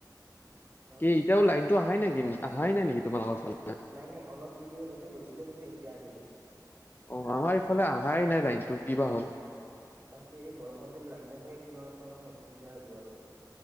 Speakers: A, on the right (about 20°); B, on the left (about 30°).
A: হম
B: কি এতিয়াও লাইনটো আহাই নেকি অহাই নাই নেকি তোমালোকৰ ফালে?
A: নাই, নাই। অলপ দেৰি আগতে গৈছিলে, কিন্তু এতিয়া আহিলে।
B: অ আমাৰ ইফালে অহাই নাই লাইনটো
A: তাকেই
B: কিবা হ'ল
A: এই গৰমত যদি লাইন নাথাকে কিমান ত মানে অসুবিধা সেইটো আৰু <unintelligible>